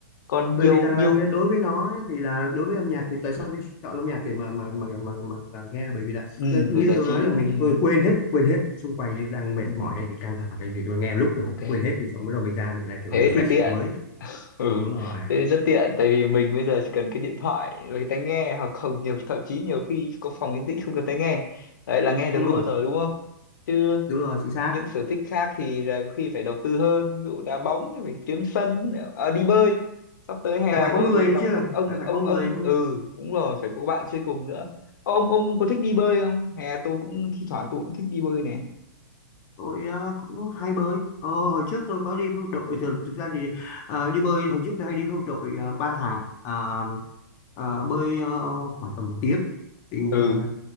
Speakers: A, on the left; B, on the left.
A: còn
B: bởi
A: nhiều
B: vì rằng là
A: nhiều
B: cái đối với nó ấy, thì là đối với âm nhạc thì tại sao mình chọn âm nhạc để mà mà mà mà, mà, mà nghe là bởi vì là
A: ừ,
B: ờ, như
A: để giải
B: tôi
A: trí
B: nói là
A: đúng
B: mình
A: không? Ừ.
B: quên quên hết quên hết xung quanh thì đang mệt
A: Ừ.
B: mỏi hay thì căng thẳng cái gì tôi nghe một lúc là
A: ok
B: quên hết thì xong bắt đầu mình ra mình lại kiểu
A: thế
B: refresh
A: thì tiện
B: lại mới
A: ừ
B: đúng rồi
A: thế thì rất tiện tại vì mình bây giờ chỉ cần cái điện thoại và cái tai nghe hoặc không nhiều thậm chí nhiều khi có phòng yên tĩnh không cần tai nghe đấy là nghe được
B: đúng
A: luôn
B: rồi
A: rồi đúng không chứ
B: đúng rồi chính xác
A: những sở thích khác thì là có khi phải đầu tư hơn ví dụ đá bóng thì phải kiếm sân à, đi bơi sắp tới hè
B: là phải có
A: rồi
B: người nữa
A: nóng
B: chứ
A: lực ông
B: là
A: ông
B: phải có người
A: ông ừ cũng rồi phải có bạn chơi cùng nữa Ô, ông ông cũng có thích đi bơi không hè tôi cũng thi thoảng tôi cũng thích đi bơi này
B: tôi ờ, cũng hay bơi ờ, hồi trước tôi có đi với đội thực, thực ra thì ờ, đi bơi hồi trước tôi hay đi với đội ờ, ba thằng À, ờ, bơi ờ, khoảng tầm một tiếng thì
A: ừ
B: ờ,